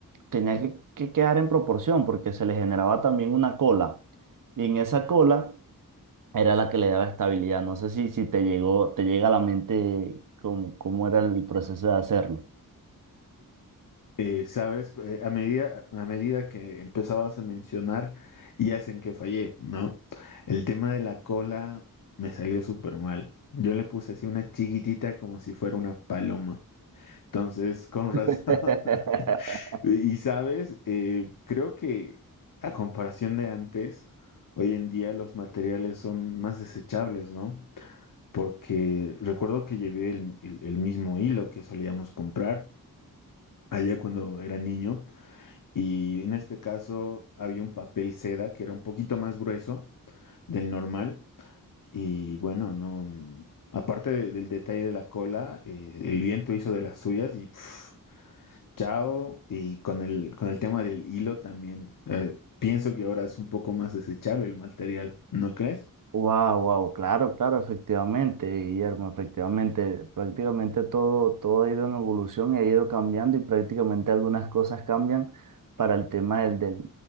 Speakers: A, on the right (about 65°); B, on the left (about 65°).
A: tenía que, que quedar en proporción porque se le generaba también una cola. Y en esa cola era la que le daba estabilidad. No sé si, si te llegó, te llega a la mente cómo, cómo era el proceso de hacerlo.
B: Eh, sabes, Eh, a medida, a medida que empezabas a mencionar, ya es en que fallé, ¿no? El tema de la cola me salió súper mal. Yo le puse así una chiquitita como si fuera una paloma. Entonces, con
A: <laughs>
B: razón. <laughs> Y sabes, Eh, creo que a comparación de antes, hoy en día los materiales son más desechables, ¿no? porque recuerdo que llevé el, el- el mismo hilo que solíamos comprar allá cuando era niño y en este caso había un papel seda que era un poquito más grueso del normal y bueno, no, mm, aparte de- del detalle de la cola, eh, el viento hizo de las suyas y pf, chao y con el, con el tema del hilo también, eh, pienso que ahora es un poco más desechable el material, ¿no crees?
A: Wow, wow, claro, claro, efectivamente, Guillermo, efectivamente, prácticamente todo, todo ha ido en evolución y ha ido cambiando y prácticamente algunas cosas cambian para el tema del, del